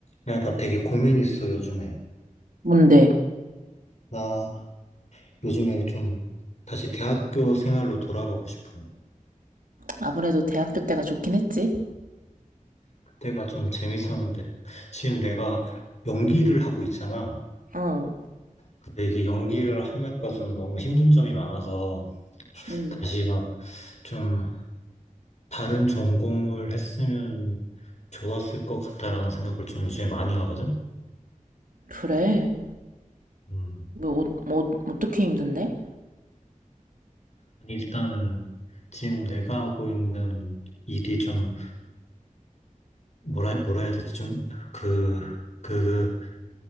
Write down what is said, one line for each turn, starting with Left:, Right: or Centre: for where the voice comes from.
Left: 야, 나 되게 고민 있어, 요즘에.
Right: 뭔데?
Left: 나 요즘에 좀 다시 대학교 생활로 돌아가고 싶어.
Right: 아무래도 대학교 때가 좋긴 했지.
Left: 그때가 좀 재밌었는데. 지금 내가 연기를 하고 있잖아.
Right: 어,
Left: 근데 이게 연기를 하면까 좀 너무 힘든 점이 많아서
Right: 음.
Left: 다시 막 좀 다른 전공을 했으면 좋았을 것 같다라는 생각을 좀 요즘에 많이 하거든?
Right: 그래.
Left: 음.
Right: 뭐, 어, 뭐 어떻게 힘든데?
Left: 아니, 일단 지금 내가 하고 있는 일이 좀 뭐라, 뭐라 해야 되지? 좀 그, 그,